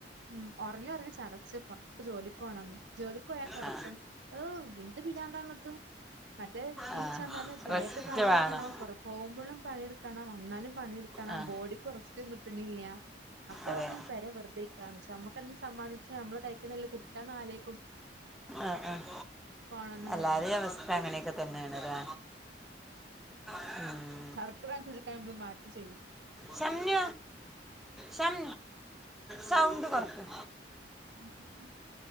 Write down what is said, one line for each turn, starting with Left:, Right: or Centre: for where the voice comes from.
Right: ഉം ഉറങ്ങി ഉറങ്ങി ചടച്ച് ഇപ്പൊ പൊറത്ത് ജോലിക്കോണോന്ന് ജോലിക്ക് പോയാൽ തൊടത്തും
Centre: ആ
Right: ഏഹ് എന്ത് വീടാണ്ടാണത് മറ്റേ തിരിച്ച്
Centre: ആ
Right: വന്നാലും പേരേത്തെ
Centre: റെസ്റ്റ്
Right: പണിയെടുക്കണം
Centre: വേണം
Right: കൊറ പോകുമ്പോഴും പണിയെടുക്കണം വന്നാലും പണിയെടുക്കണം
Centre: ആ
Right: ബോഡിക്കും റെസ്റ്റും കിട്ടണില്ല അപ്പൊ
Centre: അതെ
Right: ഒന്നും പെര വെറുതെ ആഹ് പക്ഷെ നമ്മക്കും സംബാധിച്ചാ നമ്മള് കൈയിക്കന്നല്ലേ കിട്ടാന്നാ ആലോ
Centre: ആഹ് ആഹ്
Right: പോണംന്ന്
Centre: എല്ലാരേം
Right: തോന്നും
Centre: അവസ്ഥ അങ്ങനെയൊക്കെ തന്നെയാണ് ഇല്ലേ <unintelligible>
Right: ശർക്കര ഉരുക്കാൻ നമ്മള് മാറ്റി ചെയ്യും
Centre: ഷമ്ന ഷം സൗണ്ട് കൊറക്ക്
Right: <inaudible>